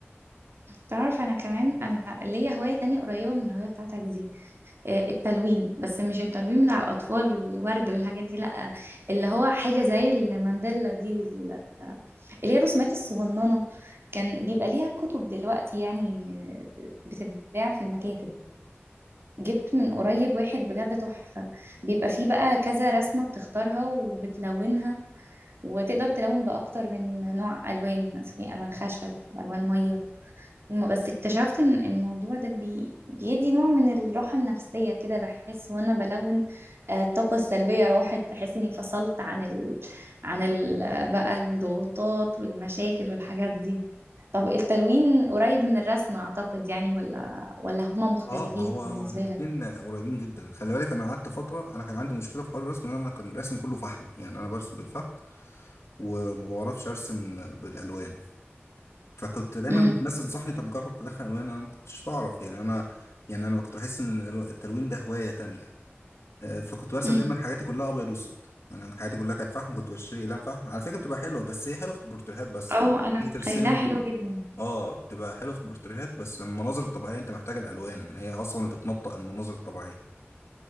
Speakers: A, on the right; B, on the left.
A: تعرف انا كمان انا ليا هواية تانية قريبة من الهواية بتاعتك دي آه، التلوين بس مش التلوين بتاع الاطفال والورد والحاجات دي لا اللي هو حاجة زي المانديلا دي وال... اللي هي الرسومات الصغننة كان بيبقى ليها كتب دلوقتي يعني آه، بتتباع في المكاتب جبت من قريب واحد بجد تحفة بيبقى فيه بقى كذا رسمة بتختارها وبتلونها وتقدر تلون بأكتر من نوع ألوان يعني مثلا في ألوان خشب ألوان مية الم- بس اكتشفت ان الموضوع ده بي... بيدي نوع من الراحة النفسية كده بحس وانا بلون آه، الطاقة السلبية راحت بحس اني فصلت عن ال... عن ال... بقى الضغوطات والمشاكل والحاجات دي طب التلوين قريب من الرسم اعتقد يعني ولا ولا هما مختلفين
B: اه هو
A: بالنسبة
B: هو الاثنين قريبين جدا خلي بالك انا قعدت فتره انا كان عندي مشكله في حوار الرسم ان انا كان رسمي كله فحم يعني انا برسم بالفحم وما بعرفش ارسم بالالوان فكنت دايما
A: لك
B: الناس تنصحني طب جرب تدخل الوان انا ما كنتش بعرف يعني انا يعني انا كنت بحس ان الألو- التلوين ده هوايه تانية آه، فكنت برسم
A: امم
B: دايما حاجاتي كلها ابيض واسود يعني انا حياتي كلها كانت فحم كنت بشتري اقلام فحم على فكره بتبقى حلوه بس هي حلوه في البورتريهات بس
A: اه انا
B: تيجي
A: متخيلاها
B: ترسمي
A: حلوة جدا
B: اه بتبقى حلوه في البورتريهات بس لما المناظر الطبيعيه انت محتاجه الالوان هي اصلا بتنطق المناظر الطبيعيه